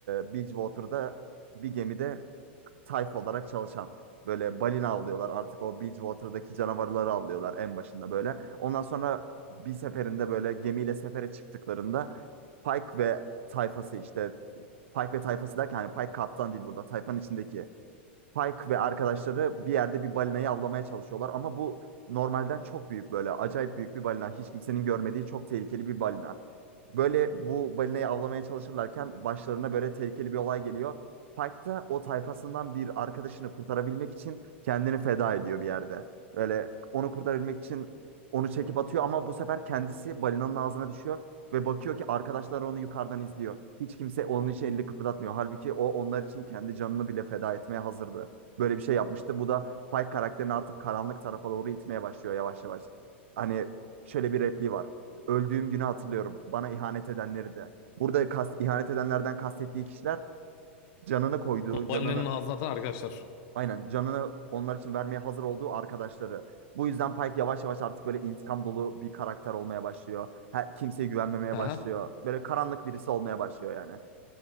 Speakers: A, on the right; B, on the left.
A: e, Bridgewater'da bir gemide tayfa olarak çalışan. Böyle balina avlıyorlar. Artık o Bridgewater'daki canavarları avlıyorlar en başında böyle. Ondan sonra bir seferinde böyle gemiyle sefere çıktıklarında Pike ve tayfası işte Pike ve tayfası derken hani Pike kaptan değil burada. Tayfanın içindeki Pike ve arkadaşları bir yerde bir balinayı avlamaya çalışıyorlar ama bu normalden çok büyük böyle acayip büyük bir balina. Hiç kimsenin görmediği çok tehlikeli bir balina. Böyle bu balinayı avlamaya çalışırlarken başlarına böyle tehlikeli bir olay geliyor. Pike da o tayfasından bir arkadaşını kurtarabilmek için kendini feda ediyor bir yerde. Böyle onu kurtarabilmek için onu çekip atıyor ama bu sefer kendisi balinanın ağzına düşüyor ve bakıyor ki arkadaşlar onu yukarıdan izliyor. Hiç kimse onun için elini kıpırdatmıyor. Halbuki o onlar için kendi canını bile feda etmeye hazırdı. Böyle bir şey yapmıştı. Bu da Pike karakterini artık karanlık tarafa doğru itmeye başlıyor yavaş yavaş. Hani şöyle bir repliği var. Öldüğüm günü hatırlıyorum. Bana ihanet edenleri de. Burada kas- ihanet edenlerden kastettiği kişiler canını koyduğu, canını
B: Valinin ağzına atan arkadaşlar.
A: aynen canını onlar için vermeye hazır olduğu arkadaşları. Bu yüzden Pike yavaş yavaş artık böyle intikam dolu bir karakter olmaya başlıyor. Her, kimseye güvenmemeye
B: Aha.
A: başlıyor. Böyle karanlık birisi olmaya başlıyor yani.